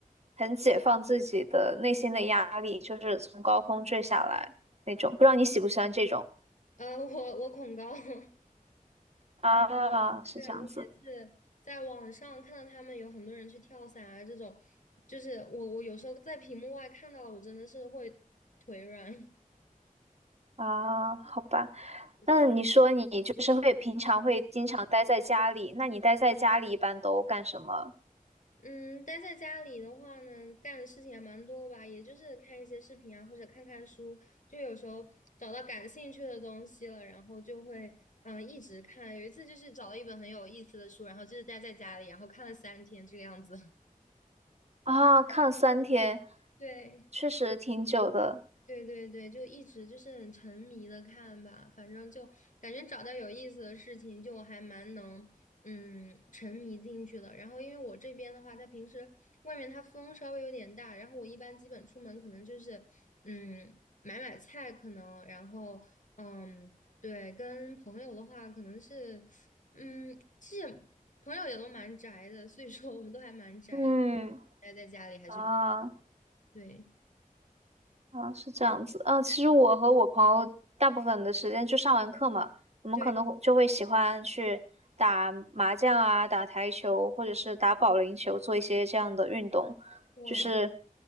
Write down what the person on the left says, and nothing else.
呃，我我恐高。<laughs>
对，我每次在网上看到他们有很多人去跳伞啊，这种，就是我我有时候在屏幕外看到了，我真的是会腿软。<laughs>
对，
嗯，待在家里的话呢，干的事情还蛮多吧，也就是看一些视频啊，或者看看书，就有时候找到感兴趣的东西了，然后就会嗯、呃一直看。有一次就是找了一本很有意思的书，然后就是待在家里，然后看了三天这个样子。
<laughs> 对。
对对对，就一直就是很沉迷的看吧，反正就感觉找到有意思的事情，就还蛮能嗯沉迷进去的。然后因为我这边的话，它平时外面它风稍微有点大，然后我一般基本出门可能就是嗯买买菜，可能然后嗯对，跟朋友的话可能是嗯其实朋友也都蛮宅的，所以说我们都还蛮宅的，
待在家里还是比
对
对
哇